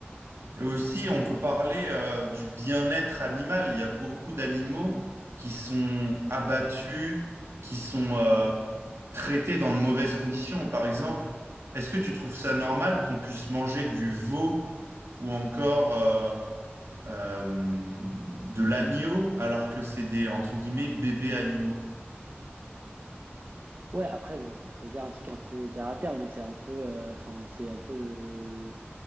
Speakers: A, on the right; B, on the right.
A: et aussi, on peut parler euh, du bien-être animal. Il y a beaucoup d'animaux qui sont abattus, qui sont euh, traités dans de mauvaises conditions. Par exemple, est-ce que tu trouves ça normal qu'on puisse manger du veau ou encore euh, euh, de l'agneau alors que c'est des, entre guillemets, bébés animaux?
B: Ouais, après, bon, ça veut dire un truc un peu terre à terre, mais c'est un peu, euh, enfin, c'est un peu le,